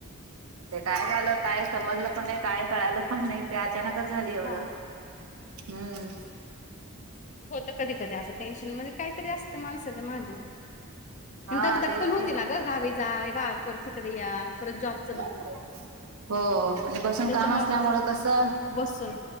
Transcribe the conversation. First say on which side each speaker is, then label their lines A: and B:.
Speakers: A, on the right (about 75°); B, on the left (about 35°).
A: ते काय झालं काय समजलं पण नाही, काय कळालं पण नाही ते अचानकच झालं एवढं.
B: हा
A: हम्म.
B: होत कधी कधी, असं टेन्शन मध्ये काहीतरी असतं माणसाच्या मांड--ऽ
A: हा
B: दग दग
A: तेच
B: पण होती
A: की
B: ना गं, गावी जा परत हिकडं या, परत जॉबऽ
A: हो, आणि बसून
B: त्याच्यामुळे
A: काम असल्यामुळं
B: पण
A: कसंऽ
B: बसून